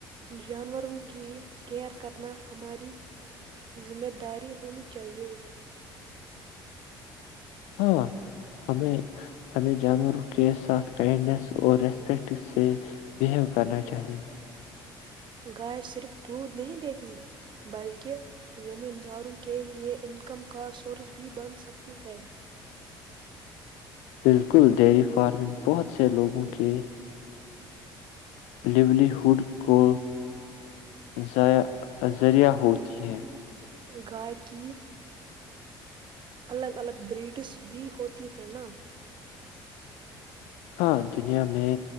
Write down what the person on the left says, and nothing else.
ہاں ہمیں ہمیں جانوروں کے ساتھ کائنڈنیس اور ریسپیکٹ سے بیہیو کرنا چاہیے
بالکل ڈیری فارمنگ بہت سے لوگوں کے لیولی ہوڈ کو ائع ذریعہ ہوتی ہے
ہاں دنیا میں